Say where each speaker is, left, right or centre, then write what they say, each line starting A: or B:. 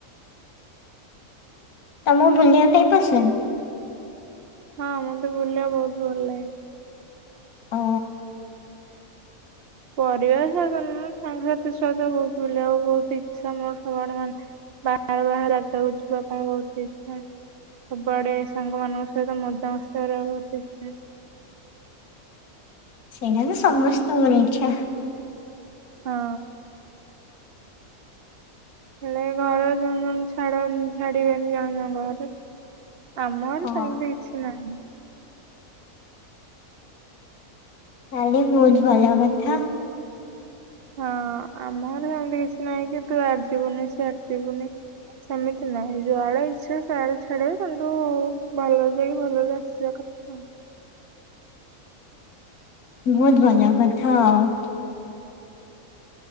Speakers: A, on the left; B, on the right.
A: ତମ ବୁଲିଆ ପାଇଁ ପସନ୍ଦ।
B: ହଁ ମତେ ବୁଲିଆକୁ ବହୁତ ଭଲ ଲାଗେ।
A: ଓ
B: ପରିବାର ସହିତ ନୁହ ସାଙ୍ଗସାଥି ସହିତ ବହୁତ ବୁଲିଆକୁ ବହୁତ ଇଚ୍ଛା। ମୋର ସବୁଆଡେ ମାନେ ବାହାର ବାହାର ଜାଗାକୁ ଯିବା ପାଇଁ ବହୁତ ଇଚ୍ଛା ସବୁଆଡେ ସାଙ୍ଗ ମାନଙ୍କ ସହିତ ମଜାମସ୍ତି କରିବାକୁ ବହୁତ ଇଚ୍ଛା।
A: ସେଇଟା ତ ସମସ୍ତଙ୍କ ର ଇଚ୍ଛା।
B: ହଁ। ହେଲେ ଘରେ ଜଣ ଜଣ ଛାଡ ଛାଡିବେନି ଜଣ ଜଣଙ୍କ ଘରେ। ଆମର
A: ହଁ
B: ସେମିତି କିଛି ନାହିଁ।
A: ତାହେଲେ ବହୁତ ଭଲ କଥା।
B: ହଁ ଆମ ଘର ସେମିତି କିଛି ନାହିଁ କି ତୁ ଇଆଡେ ଯିବୁନି ସିଆଡେ ଯିବୁନି ସେମିତି ନାହିଁ ଯୁଆଡେ ଇଚ୍ଛା ସିଆଡେ ଛାଡିବୁ କିନ୍ତୁ ଭଲରେ ଯାଇକି ଭଲରେ ଆସିବା କଥା।
A: ବହୁତ ବଢିଆ କଥା ଆଉ।